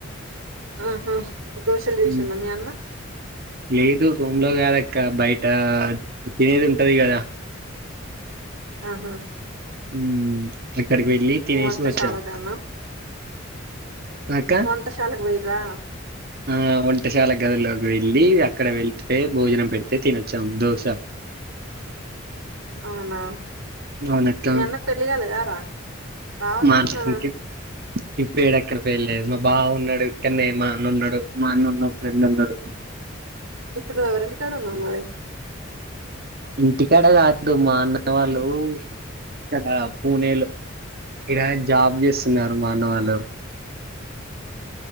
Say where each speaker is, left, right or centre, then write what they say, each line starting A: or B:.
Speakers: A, on the right; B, on the right.
A: ఆహా దోశలు చేసిండ
B: ఉమ్,
A: మీ అన్న
B: లేదు రూమ్ లో కాదు అక్క బయట తినేది ఉంటది గదా
A: ఆహా
B: ఉమ్ అక్కడికి వెళ్ళి తినేసి
A: నువ్వు వంటశాల
B: వచ్చాం.
A: కాన్నా
B: అక్క
A: వంట శాలకి పోయింరా
B: ఆ వంటశాల గదిలోకి వెళ్ళి అక్కడ వెళ్తే భోజనం పెడితే తినొచ్చాము దోశ
A: అవునా
B: అవునక్క
A: మీ అన్నకు పెళ్లి కాలేద రా బావనా
B: మా అన్నకి
A: నానా
B: ఇంకేం ఇప్పుడు <unintelligible> మా బావ ఉన్నడు ఇక్కడనే మా అన్న ఉన్నడు మా అన్న ఉన్న ఫ్రెండ్ ఉన్నడు
A: ఇప్పుడు నువ్వు ఎవరింటి కాడ ఉన్నావు మరి
B: ఇంటికాడ కాదు మా అన్న వాళ్ళు ఇక్కడ పూనెలో ఇడ జాబ్ జేస్తున్నారు మా అన్న వాళ్ళు